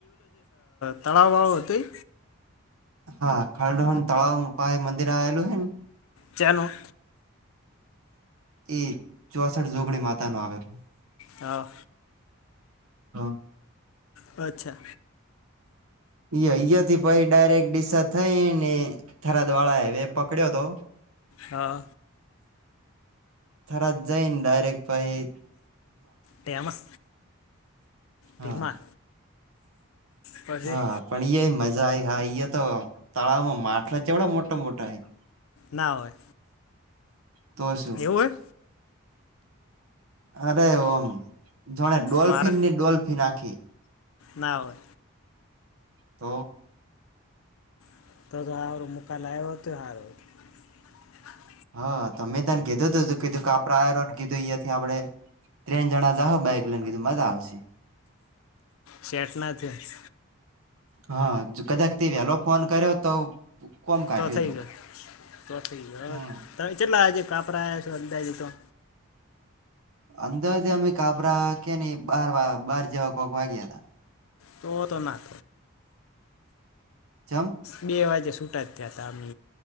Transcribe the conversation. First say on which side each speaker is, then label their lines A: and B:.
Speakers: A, on the left; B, on the right.
A: તળાવાળ હતી.
B: હા ખરડોહણ તળાવ પાયે મંદિર આવેલું હ ને.
A: ચેનું
B: એ ચોસઠ જોગણી માતાનું આવેલ
A: હા.
B: હા
A: અચ્છા
B: અહી થી પછી ડાયરેક ડિસા થઈને થરાદ વાળા હાઈવે પકડ્યો તો.
A: હા
B: થરાત જઈન ડાયરેક્ટ પછી
A: તેમાં
B: <unintelligible> હા
A: ધીમા પછી
B: હા પણ એ મજા જાય હા ઈતો તળાવમાં માછલા ચેવડો મોટા મોટા હ
A: ના હોય
B: તો શું
A: એવું હોય
B: અરે ઓમ જાણે ડોલ્ફિન
A: મારે
B: ની ડોલ્ફિન આખી.
A: ના હોય.
B: તો
A: <unintelligible>
B: હા મે તમે કીધું હતું કીધું કે આપડે આ <unintelligible> આપડે ત્રણ જણા જાહો બાઈક લઈને કીધું મજા આવશે
A: શેટ ના ત્યાં
B: હા કદાચ તે વેલો ફોન કર્યો તો કોમ કાઢ્યું
A: તો થઈ
B: તું
A: ગયો તો થઈ ગયો
B: હા
A: ચેટલા આજે કાપ <unintelligible>
B: અંદાજે અમે કાભરા કે નહી બાર બાર જેવા કોઈક વાગ્યા હતા.
A: તો તો ના.
B: ચમ..
A: બે વાગે છૂટા જ થયા હતા અમે